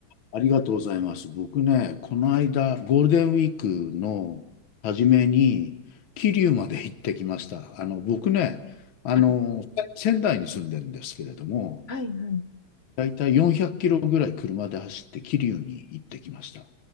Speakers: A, on the left; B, on the left.
A: ありがとうございます。僕ね、この間、ゴールデンウィークの初めに、桐生まで行ってきました。あの、僕ね、あの、
B: はい
A: せ仙台に住んでるんですけれども、
B: はいはい。
A: だいたい400キロぐらい車で走って桐生に行ってきました。